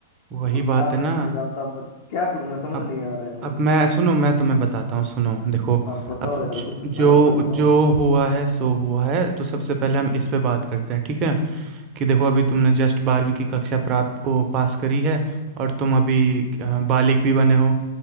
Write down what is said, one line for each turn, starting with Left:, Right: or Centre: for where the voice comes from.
Right: वही
Left: और ना
Right: बात है
Left: मैं
Right: ना
Left: जिसे जानता मैं क्या करूँ मैं समझ
Right: अब
Left: नहीं आ रहा है मुझे
Right: अब मैं सुनो मैं तुम्हें बताता हूँ सुनो देखो
Left: हाँ बताओ
Right: अब
Left: यार
Right: ज-
Left: कुछ अच्छा
Right: जो
Left: रास्ता दिखाओ
Right: जो हुआ है सो हुआ है तो सबसे पहले हम इस पे बात करते हैं ठीक है कि देखो अभी तुमने जस्ट बारहवीं की कक्षा प्राप्त ओ, पास करी है और तुम अभी अ, बालिग भी बने हो